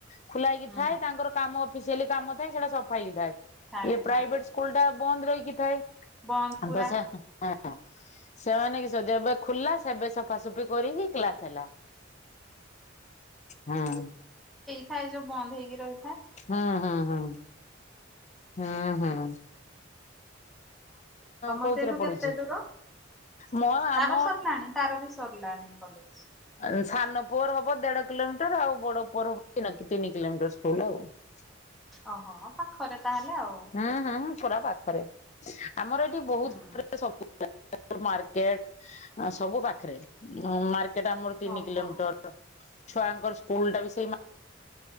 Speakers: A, on the left; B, in the centre.
A: ଖୋଲା ହେଇକି
B: ହୁଁ
A: ଥାଏ। ତାଙ୍କର କାମ ଅଫିସିଆଲି କାମ ଥାଏ ସେଟା ସଫା ହେଇକି ଥାଏ।
B: ଥାଏ
A: ଇଏ ପ୍ରାଇଭେଟ
B: ହଁ
A: ସ୍କୁଲ ଟା ବନ୍ଦ ରହିକିଥାଏ।
B: ବନ୍ଦ ପୁରା
A: ତ ସେ ହଁ ସେମାନେ କି ସେ ଯେବେ ଖୋଲା ସେବେ ସଫାସଫି। ସଫି କରିକି କ୍ଲାସ ହେଲା ହୁଁ।
B: ହେରା ଯଉ ବନ୍ଦ ହେଇକି ରହି
A: ହଁ ହଁ ହଁ ହଁ ହଁ।
B: ତମର
A: କୋଉଥିରେ
B: ସେଇଠୁ
A: ପଢୁଛି?
B: କେତେ ଦୂର?
A: ମୋ ଆମ
B: ତାର ସରିଲାଣି ତାର ବି ସରିଲାଣି କଲେଜ।
A: ଆ ସାନ ପୁଅର ହବ ଦେଢ କିଲୋମିଟର ଆଉ ବଡ ପୁଅର ହବ ତିନ ତିନି କିଲୋମିଟର ସ୍କୁଲ ଆଉ। ହ
B: ଅହ ପାଖରେ। ତାହେଲେ ଆଉ।
A: ହୁଁ ହୁଁ ପୁରା ପାଖରେ ଆମର ଏଠି ବହୁତ
B: ହୁଁ
A: <unintelligible> ସବୁ ପୁରା। ମାର୍କେଟ ସବୁ ପାଖରେ ନୂଆ ମାର୍କେ ସେଟା ଆମର ତିନି
B: ଓହୋ
A: କିଲୋମିଟର ଛୁଆଙ୍କର ସ୍କୁଲ ଟା ବି ସେଇ